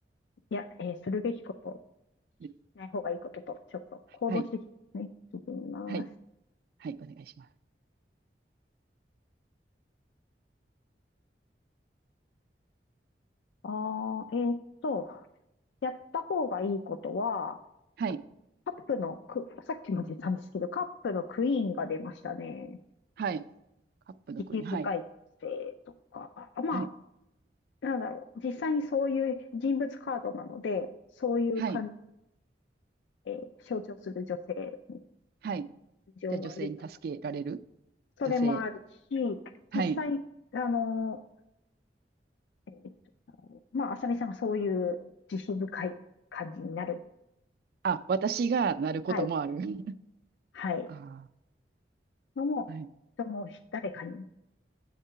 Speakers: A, on the left; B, on the right.
A: いや、えーするべきこと、
B: で
A: しない方がいいことと、ちょっと行動指示ですね、
B: はい。
A: 聞いてみます。
B: はい。はい。お願いします。
A: あー、えーっと、やった方がいいことは、
B: はい。
A: カップのク、さっきも出たんですけど、カップのクイーンが出ましたね。
B: はい。カップの国。
A: 慈悲深い女性とか、
B: はい。
A: あまあ、
B: はい。
A: なんだろう、実際にそういう人物カードなので、そういう感じ、
B: はい。
A: え象徴する女性
B: はい。
A: 感情が豊かで。
B: じゃあ女性に助けられる
A: それもあるし、
B: 女性。はい。
A: 実際、あの、えーとまあ、あさみさんがそういう慈悲深い感じになる。
B: あ、私がなることもある。
A: はい、
B: <laughs>
A: はい。
B: あ
A: のも、
B: あ、はい。
A: 人も誰かに、